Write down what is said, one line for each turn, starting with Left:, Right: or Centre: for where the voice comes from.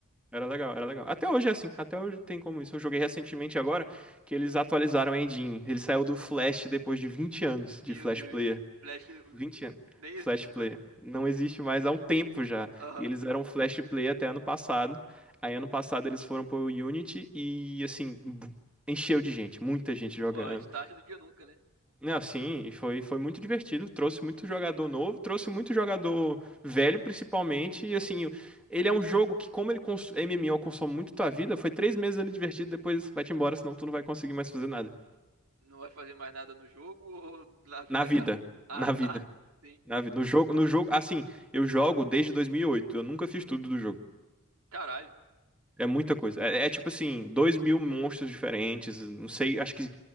Centre: Era legal, era legal. Até hoje é assim, até hoje tem como isso. Eu joguei recentemente agora que eles atualizaram a engine. Ele saiu do Flash depois de 20 anos de
Right: Meu
Centre: Flash
Right: Deus,
Centre: Player
Right: <laughs> Flash uh,
Centre: 20 anos.
Right: nem
Centre: Flash
Right: existe
Centre: Player.
Right: mais.
Centre: Não existe mais há um tempo já.
Right: Aham.
Centre: E eles eram Flash Player até ano passado. Aí ano passado eles foram pro Unity e assim, bu- encheu de gente, muita gente jogando.
Right: Pô, antes tarde do que nunca, né?
Centre: Não, assim, e foi, foi muito divertido. Trouxe muito jogador novo, trouxe muito jogador velho, principalmente. E assim, ele é um jogo que, como ele cons MMO consome muito tua vida, foi três meses ali divertido, depois vai-te embora, senão tu não vai conseguir mais fazer nada.
Right: Não vai fazer mais nada no jogo ou <laughs> na vida
Centre: Na vida.
Right: real? Ah,
Centre: Na
Right: tá.
Centre: vida.
Right: Sim.
Centre: Na vida. No jogo, no jogo, assim, eu jogo desde 2008, eu nunca fiz tudo do jogo.
Right: Caralho.
Centre: É muita coisa. É, é tipo assim, dois mil monstros diferentes, não sei, acho que